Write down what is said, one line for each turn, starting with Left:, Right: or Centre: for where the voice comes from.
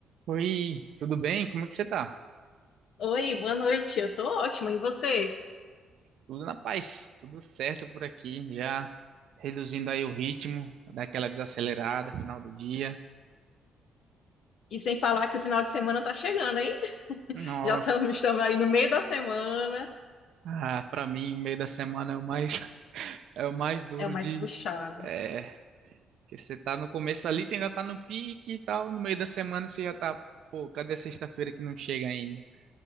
Right: Oi, tudo bem? Como é que você tá?
Left: Oi, boa noite. Eu tô ótima, e você?
Right: Tudo na paz, tudo certo por aqui, já reduzindo aí o ritmo, daquela desacelerada, final do dia.
Left: E sem falar que o final de semana tá chegando, hein?
Right: Nossa,
Left: Já estamos, estamos aí no meio da semana.
Right: ah, para mim, meio da semana é o mais <laughs> é o mais duro
Left: É o mais
Right: de
Left: puxado.
Right: é, que você tá no começo ali, você ainda tá no pique e tal, no meio da semana você já tá, pô, cadê a sexta-feira que não chega ainda? <laughs>